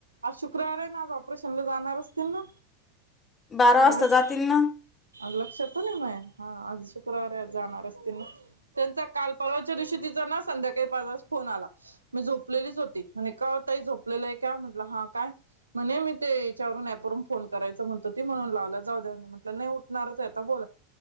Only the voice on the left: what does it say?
बारा
वाजता
जातील ना